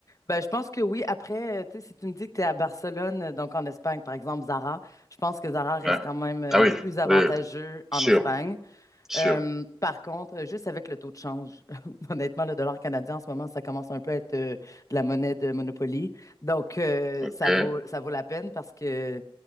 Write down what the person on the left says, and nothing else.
ben je pense que oui, après, euh, tu sais, si tu me dis que tu es à Barcelone, euh, donc en Espagne, par exemple, Zara, je pense que Zara reste
quand même euh,
plus avantageux
en
Espagne.
Euh, par contre, juste avec le taux de change, <laughs> honnêtement, le dollar canadien en ce moment, ça commence un peu à être euh, de la monnaie de Monopoly. Donc, euh,
ça vaut, ça vaut la peine parce que